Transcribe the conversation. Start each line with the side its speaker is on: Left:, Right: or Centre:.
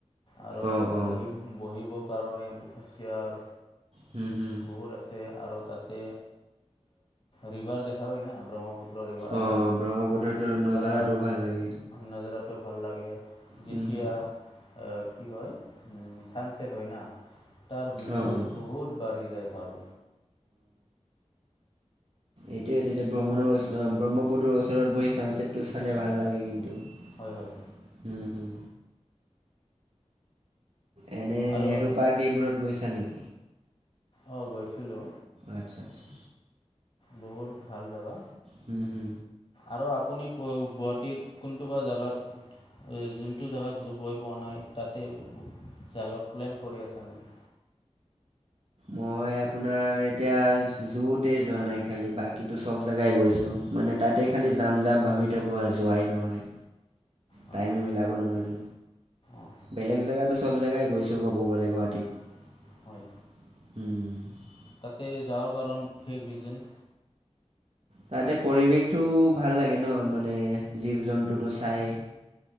Left: আৰু
Right: অঁ অঁ
Left: বহিব বহিবৰ কাৰণে চেয়াৰ।
Right: হুম হুম
Left: বহুত আছে আৰত তাতে ৰিভাৰ দেখা হয় ন ব্ৰহ্মপুত্ৰ। পৰিমাৰ আমাৰ
Right: অঁ ব্ৰহ্মপুত্ৰটোৰ
Left: এইটো
Right: নজাৰাটো
Left: তাৰ
Right: ভাল লাগে
Left: নজৰত টো ভাল লাগে
Right: হুম
Left: যেতিয়া
Right: হুম
Left: কি কয় ছানচেট হয় না তাৰ ভিউটো
Right: অঁ অঁ
Left: বহুত বাঢ়ি যায় ভাল।
Right: এইটোয়েটো এতিয়া ভ্ৰমণো। ব্ৰহ্মপুতৰ ওচৰত বহি ছানচছেটটো চালে ভাল লাগে কিন্তু। হম
Left: হয় হয়
Right: হম। এনে
Left: আৰু
Right: নেহৰু পাৰ্ক এইবোৰত গৈছা নেকি?
Left: অঁ গৈছিলোঁ।
Right: আচ্ছা আচ্ছা
Left: বহুত ভাল জাগা।
Right: হো হো।।
Left: আৰু আপুনি ক গুৱাহাটীত কোনটো বা জাগাত। যোনটো জাগাত গৈ পোৱা নাই তাতে। যাব প্লেন কৰি আছা নেকি?
Right: মই আপোনাৰ এতিয়া যুতে যোৱা নাই খালি বাকীতো চব জেগাই গৈছোঁ। মানে তাতে
Left: হয়
Right: খালি
Left: হয়
Right: যাম যাম ভাবি থাকোঁ আৰু যোৱাই নহয়।
Left: হয়
Right: টাইম মিলাব নোৱাৰোঁ
Left: অঁ
Right: বেলেগ জেগাতো। চব জেগাই গৈছোঁ কব গ'লে গুৱাহাটীত।
Left: হয়।
Right: উম।
Left: তাতে যাৱাৰ কাৰণ বিশেষ ৰিজেন।
Right: তাতে পৰিৱেশটো ভাল লাগে ন মানে জীৱ জন্তুটো চাই।